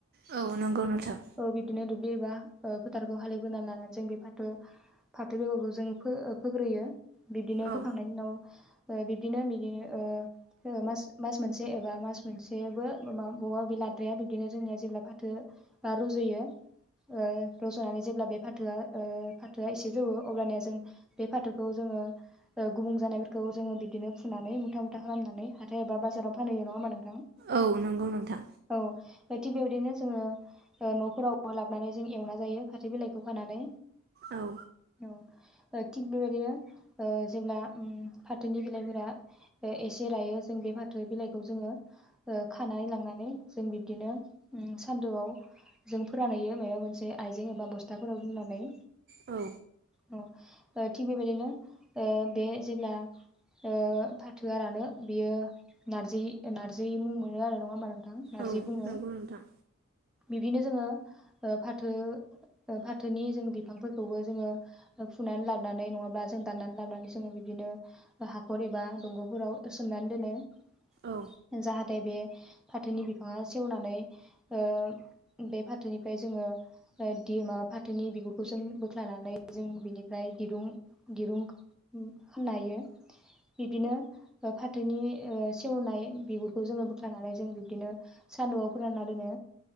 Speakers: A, on the right; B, in the centre.
A: औ नंगौ नोंथां
B: ओ बिब्दिनो दु ब्लिबा फोथारखौ हालेवग्रोनानै लानानै जों बे फाथो फाथो बेगरखौ जों फो फोग्रोयो। बिब्दिनो
A: औ
B: फोखांनायनि उनाव ओ बिबदिनो <unintelligible> ओहो मास मास मोनसे एबा मास मोनसेबो बबेबा बे लाद्राया बिब्दिनो जोंनिया जेब्ला फाथो बा रज'यो ओ रज'नानै जेब्ला बे ओ फाथोआ फाथोआ एसे जौओ अब्लानिया जों बे फाथोखौ जोङो गुबुं जानायफोरखौ जोङो बिदिनो फुनानै मुथा मुथा खालामनानै हाथाय एबा बाजाराव फानहैयो नङा होमबा नों थां?
A: औ नंगौ नोंथां
B: औ थिग बेबायदिनो जोङो ओ न'फोरावबो लाबोनानै जों एवना जायो फाथै बिलाइखौ खानानै।
A: औ
B: औ ओ थिग बेबायदिनो ओ जेब्ला ओम फाथोनि बिलाइफोरा एसे रायो जों बे फाथो बिलाइखौ जोङो ओ खानानै लांनानै जों बिब्दिनो सान्दुआव जों फोरानहैयो माइबा मोनसे आइजें एबा बस्थाफोराव दोननानै।
A: औ
B: अ ओ थिग बेबायदिनो ओ बे जेब्ला ओ फाथोआ रानो बियो नारजि नारजि मुं मोनो आरो नङा होमबा नों थां? नारजि
A: औ
B: बुङो।
A: नंगौ नोंथां
B: बिदिनो जोङो ओ फाथो फाथोनि जों बिफांफोरखौबो जोङो फुनानै लाबोनानै नङाबा जों दाननानै लाबोनानै जोङो बिब्दिनो हाखर एबा दंग'फोराव सोमनानै दोनो
A: औ
B: जाहाथे बे फाथोनि बिफाङा सेवनानै ओ बे फाथोनिफ्राय जोङो ओ दि माबा फाथोनि बिगुरखौ जों बोख्लानानै जों बिनिफ्राय दिरुं दिरुं <unintelligible> हायो बिब्दिनो फाथोनि ओ सेवनाय बिगुरखौ जोङो बोख्लांनानै जों बिब्दिनो सान्दुंआव फोरानना दोनो।